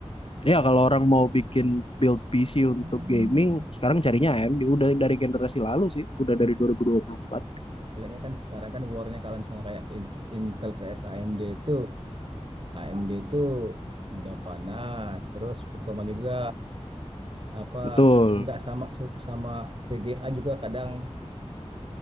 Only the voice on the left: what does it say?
ya kalau orang mau bikin build PC
untuk gaming sekarang carinya AMD udah dari generasi lalu sih, udah dari dua dua ribu dua puluh empat
Betul.